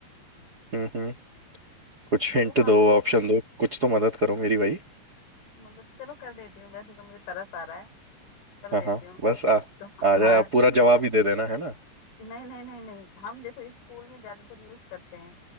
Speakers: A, on the right (about 40°); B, on the left (about 85°).
A: हम्म हम्म कुछ
B: वो
A: हिंट
B: हम
A: दो ऑप्शन दो कुछ तो मदद करो मेरी भाई
B: मतलब चलो कर देती हूँ वैसे तो मुझे तरस आ रहा है कर
A: हाँ
B: देती
A: हाँ
B: हूँ
A: बस आ
B: तो
A: आ जाए
B: हार
A: आप पूरा जवाब ही दे देना है ना
B: नहीं नहीं नहीं नहीं हम देखो इस स्कूल में ज्यादातर यूज करते हैं